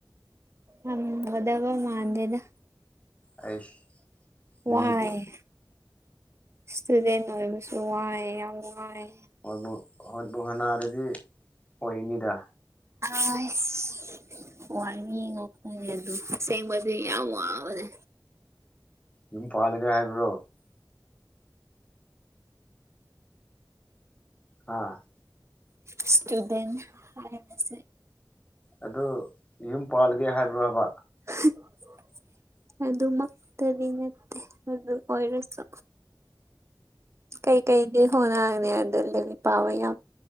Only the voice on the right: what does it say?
ꯎꯝ ꯑꯣꯗꯕ ꯃꯥꯟꯗꯦꯗ
ꯋꯥꯔꯦ
ꯏꯁꯇꯨꯗꯦꯟ ꯑꯣꯏꯕꯁꯨ ꯋꯥꯏ ꯌꯥꯝ ꯋꯥꯏ
ꯑꯥꯏꯁ ꯋꯥꯅꯤ ꯉꯥꯛ <unintelligible> ꯑꯁꯦꯡꯕꯗꯤ ꯌꯥꯝ ꯋꯥꯕꯅꯤ
ꯏꯁꯇꯨꯗꯦꯟ ꯍꯥꯏꯕꯁꯦ
<unintelligible> ꯑꯗꯨꯃꯛꯇꯗꯤ ꯅꯠꯇꯦ ꯑꯗꯨ ꯑꯣꯏꯔꯁꯨ ꯀꯩꯀꯩꯗꯤ ꯍꯣꯅꯒꯅꯦ ꯑꯗꯨ ꯂꯥꯏꯔꯤꯛ ꯄꯥꯕ ꯌꯥꯝ